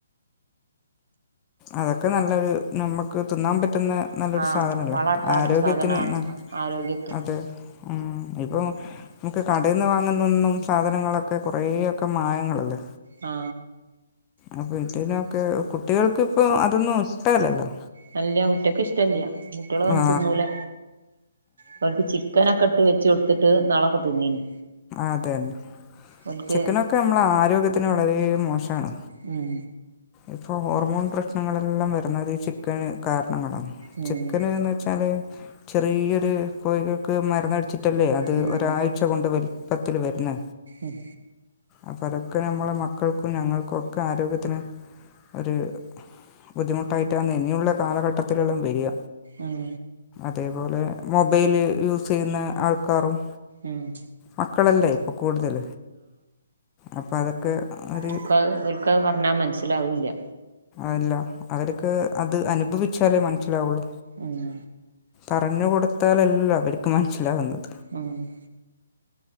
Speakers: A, on the left; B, on the right.
A: അതൊക്കെ നല്ലരു നമുക്ക് തിന്നാൻ പറ്റും പറ്റു നല്ലൊരു
B: ആഹ്
A: സാധനല്ലേ
B: വള ഇടാത്ത
A: ആരോഗ്യത്തിന്
B: സാധനാണ് ആരോഗ്യത്തിന്
A: അത് ഉ ഇപ്പോൾ നമുക്ക് കടയിൽ നിന്ന് വാങ്ങുന്ന ഒന്നും സാധനങ്ങളൊക്കെ കുറേയൊക്കെ മായങ്ങളുണ്ട്
B: ആ
A: അപ്പൊ ഇതിനൊക്കെ കുട്ടികൾക്ക് ഇപ്പൊ അതൊന്നും ഇഷ്ട്ടല്ലല്ലോ
B: നല്ല കുട്ടികക്ക് ഇഷ്ടമല്ല കുട്ടികളി തൊന്നു
A: ആ
B: തിന്നൂല അവർക്ക് ചിക്കനൊക്കെ ഇട്ട് വെച്ച കൊടുത്തിട്ട് നളക്കെ തിന്നീന്
A: അതെന്നെ
B: ഓൽക്ക്
A: ചിക്കനൊക്കെ നമ്മള ആരോഗ്യത്തിന് വളരെ മോശമാണ്
B: ഉം
A: ഇപ്പോ ഹോർമോൺ പ്രശ്നങ്ങളെല്ലാം വരുന്നത് അത് ചിക്കന് കാര
B: ഉം
A: ചിക്കന് എന്ന് വെച്ചാൽ ചെറിയരു കോഴികൾക്ക് മരുന്ന് പറ്റല്ലേ അത്
B: ഉം
A: ഒരാഴ്ച കൊണ്ട് വലിപ്പത്തിൽ വരുന്ന
B: ഉം
A: അപ്പൊ അതൊക്കെ നമ്മളെ മക്കൾക്കും ഞങ്ങൾക്കും ഒക്കെ ആരോഗ്യത്തിന് ഒരു ബുദ്ധിമുട്ടായിട്ടാന്ന് ഇനിയുള്ള കാലഘട്ടത്തിലെല്ലാം വരിക
B: ഉം
A: അതേപോലെ മൊബൈല് യൂസ് ചെയ്യുന്ന ആൾക്കാറും
B: ഉം
A: മക്കളല്ലേ ഇ കൂടുതൽ അപ്പൾ അതൊക്കെ ഒരു
B: ഒ ഒരിക്കത് പറഞ്ഞാൽ മനസ്സിലാവൂല്ല
A: അല്ല അവരക്ക് അത് അനുഭവിച്ചാലേ മനസ്സിലാവുള്ളൂ
B: ഉം
A: പറഞ്ഞു കൊടുത്താലല്ലോ അവർക്ക് മനസ്സിലാകുന്നത്
B: ആ <inaudible>